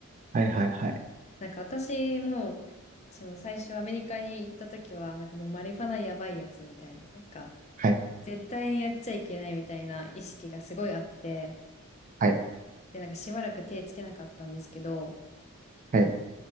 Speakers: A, on the right; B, on the left.
A: はい。はい。はい。
B: なんか私もその最初アメリカに行った時はなんかもうマリファナやばいやつみたいな、なんか
A: はい。
B: 絶対にやっちゃいけないみたいな意識がすごいあって、
A: はい。
B: でなんかしばらく手つけなかったんですけど、
A: はい。